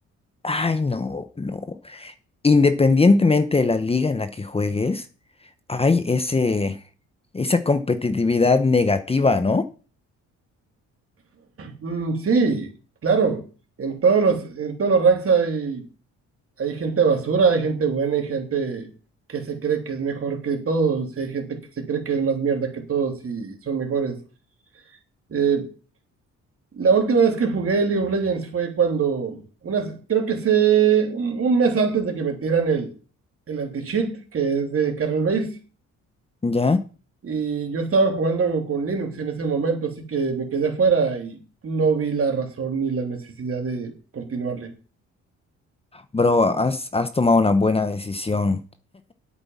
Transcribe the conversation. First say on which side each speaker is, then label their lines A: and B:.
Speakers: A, on the left (about 20°); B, on the right (about 45°).
A: ay no, no. Independientemente de la liga en la que juegues, hay ese, esa competitividad negativa, ¿no?
B: Mm, sí, claro. En todos los, en todos los ranks hay, hay gente basura, hay gente buena, hay gente que se cree que es mejor que todos, y hay gente que se cree que es más mierda que todos y son mejores. Eh, la última vez que jugué League of Legends fue cuando, unas, creo que sé, un, un mes antes de que metieran el, el anti-cheat, que es de kernel base,
A: ¿Ya?
B: y yo estaba jugando con Linux en ese momento, así que me quedé afuera y no vi la razón ni la necesidad de continuarle.
A: Bro, has, has tomado una buena decisión.